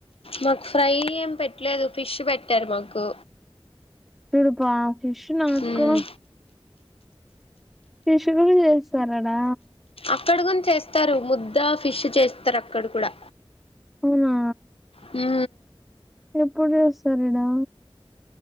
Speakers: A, on the left; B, in the centre.
A: మాకు ఫ్రై ఏం పెట్టలేదు ఫిష్ పెట్టారు మాకు
B: తుడుపా ఫిష్ నాకు
A: ఉమ్
B: ఫిష్ కూడ ల చేసరడా
A: అక్కడ కూడా చేస్తారు ముద్ద ఫిష్ చేస్తారు అక్కడ కూడా
B: అవునా
A: హు
B: ఎప్పుడు చేస్తారిడా